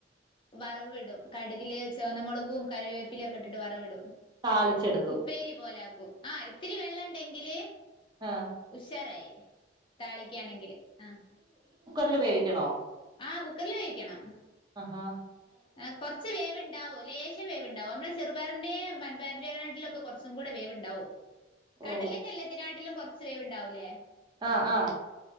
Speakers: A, on the left (about 25°); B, on the right (about 25°).
A: വറവ്വിടും കടുകില് ചുവന്നമുളകും കരുവേപ്പില ഒക്കെ ഇട്ടിട്ട് വറവിടും
B: താളിച്ചെടുക്കും
A: ഉപ്പേരി പോലെ ആക്കും ആഹ് ഇത്തിരി വെള്ളം ണ്ടെങ്കില്
B: ആഹ്
A: ഉഷാറായി താളിക്കയാണെങ്കില് ആഹ്
B: ല്ല് വേവിക്കണോ
A: ആഹ് കുക്കർല് വേവിക്കണം
B: അഹാ
A: എഹ് കൊർച്ച് വേവ് ണ്ടാവും ലേ ശം വേവുണ്ടാവും നമ്മൾ ചെറുപയറിന്റെയും വൻപയറിന്റെ നുക്കാട്ടിലൊക്കെ കൊർച്ചും കൂടെ വേവ്ണ്ടാവും
B: ഓ
A: കടലക്കെല്ലാത്തിനാട്ടിലും കൊർച്ച് വേവ് ണ്ടാവൂലേ
B: ആഹ് ആഹ്